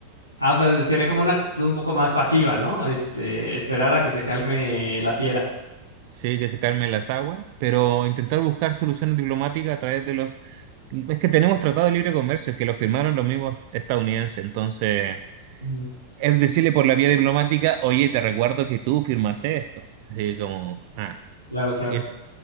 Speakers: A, on the right (about 85°); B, on the right (about 45°).
A: Ah, o sea, sería como una actitud un poco más pasiva, ¿no? Este, esperar a que se calme la fiera.
B: Sí, que se calmen las aguas, pero intentar buscar soluciones diplomáticas a través de los... Es que tenemos tratados de libre comercio que los firmaron los mismos estadounidenses, entonces
A: Ujú.
B: es decirle por la vía diplomática, oye, te recuerdo que tú firmaste esto. Así como, ah,
A: Claro, claro.
B: y es-